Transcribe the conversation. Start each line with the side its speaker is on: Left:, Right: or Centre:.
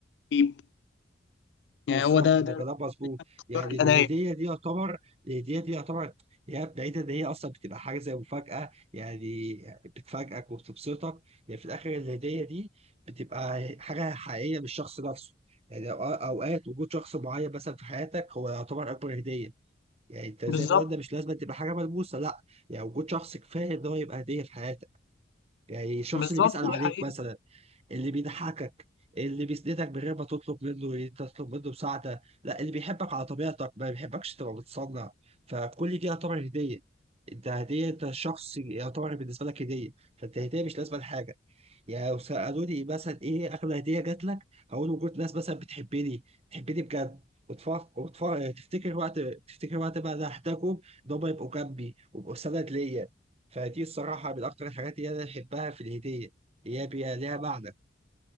Left: للجيب
Right: بالظبط
Left: يعني هو ده ده
Right: ده كلام مظبوط
Left: اختيار
Right: يعني
Left: الهدايا
Right: الهديه دي يعتبر الهديه دي يعتبر هي بعيدة إن هي أصلا بتبقى حاجة زي مفاجأة يعني بتفاجئك وبتبسطك يعني في الآخر الهدية دي بتبقى حاجة حقيقية من الشخص نفسه يعني أو- أوقات وجود شخص معين مثلا في حياتك هو يعتبر أكبر هدية يعني أنت زي
Left: بالظبط
Right: ما قلنا مش لازم تبقى حاجة ملموسة لأ يعني وجود شخص كفاية إن هو يبقى هدية في حياتك يعني الشخص
Left: بالظبط
Right: اللي بيسأل عليك
Left: دي حقيقة
Right: مثلا اللي بيضحكك اللي بيسندك من غير ما تطلب منه تطلب منه مساعدة لا اللي بيحبك على طبيعتك ما بيحبكش تبقى متصنع فكل دي يعتبر هدية انت هدية انت شخص يعتبر بالنسبة لك هدية فانت هدية مش لازمة لحاجة يعني لو سألوني مثلا ايه أغلى هدية جات لك هقول وجود ناس مثلا بتحبني بتحبني بجد وتفكر وتفكر تفتكر وقت تفتكر وقت ما انا احتاجهم ان هم يبقوا جنبي ويبقوا سند ليا فدي الصراحة من أكتر الحاجات اللي أنا بحبها في الهدية هي بي- ليها معنى